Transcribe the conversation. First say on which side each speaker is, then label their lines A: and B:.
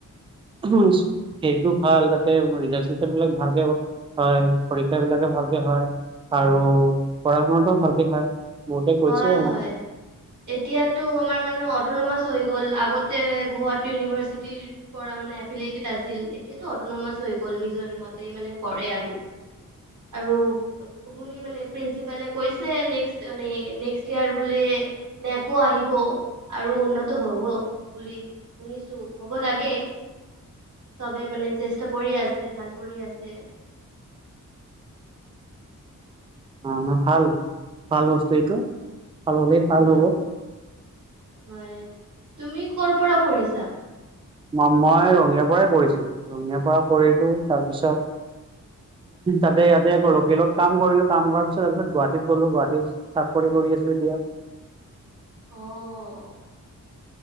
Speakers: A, on the right (about 15°); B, on the right (about 65°).
A: <unintelligible> সেইটো ভাল তাতে ৰিজালট-চিজাল বিলাক ভালকে হয়, পৰীক্ষা বিলাকো ভালকে হয়। আৰু পঢ়া শুনাটোও ভালকে হয়। বহুতে কৈছে
B: হয়,
A: মোক
B: হয় এতিয়াটো আমাৰ মানে অটনমাছ। হৈ গ'ল, আগতে গুৱাহাটী ইউনিভাৰ্ছিটি পৰা মানে আফাইলটি আছিল, এতিয়টো আটো হৈ গ'ল নিজৰ মতে মানে কৰে আৰু।
A: <unintelligible>
B: আৰু শুনি মানে প্ৰিন্সিপালে কৈছে নেক্স মানে। নেক্সট ইয়াৰ বোলে নেকৌ আহিব আৰু উন্নত হ'ব বুলি শুনি ছো হ'ব লাগে।
A: ই
B: চব মানে চেষ্টা কৰি আছে, ভাল কৰিয়ে আছে।
A: অ', ভাল, ভাল বস্তু এটো। ভাল হলে ভাল
B: হয়
A: হ'ব আৰু।
B: হয় তুমি কৰ পৰা পঢ়িছা?
A: ম-মই ৰঙিয়াৰ পৰাই পঢ়িছোঁ, ৰঙিয়াৰ পৰা পঢ়িলোঁ তাৰপিছত। তাতে ইয়াতে কৰিলোঁ লোকেলত কাম কৰিলোঁ, কাম কৰাৰ পিছত তাৰ পিছত গুৱাহাটীত গ'লো গুৱাহাটী চাকৰি কৰিলোঁ। কৰি আছোঁ এতিয়া।
B: অ'।